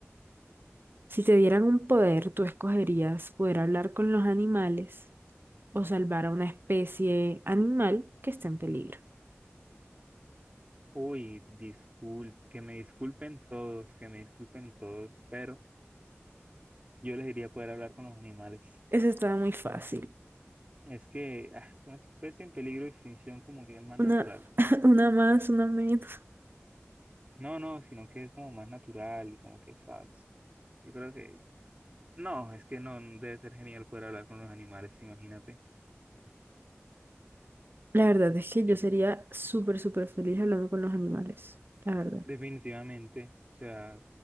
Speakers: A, on the right; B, on the right.
A: si te dieran un poder, ¿tú escogerías poder hablar con los animales o salvar a una especie animal que está en peligro?
B: Uy, disculpe, que me disculpen todos, que me disculpen todos, pero yo les diría poder hablar con los animales.
A: Eso estaba muy fácil.
B: Es que ah, una especie en peligro de extinción como que es más
A: Una,
B: natural.
A: <laughs> una más, una menos.
B: No, no, sino que es como más natural y como que, ¿sabes? Yo creo que, no, es que no, no debe ser genial poder hablar con los animales, imagínate.
A: La verdad es que
B: Yo
A: yo sería súper, súper feliz hablando con los animales. La verdad.
B: definitivamente, o sea,